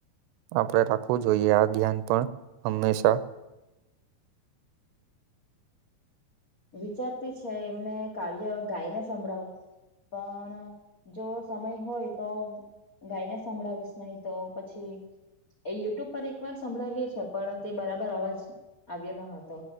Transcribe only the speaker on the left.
વિચારતી છે એમને કાવ્ય ગાઈને સંભળાવું. પણ જો સમય હોય તો ગાય ને સાંભળાવીશ નહી તો પછી એ યુટ્યુબ પર એકવાર સંભળાવ્યો છે પણ તે બરાબર અવાજ આવ્યો ન હતો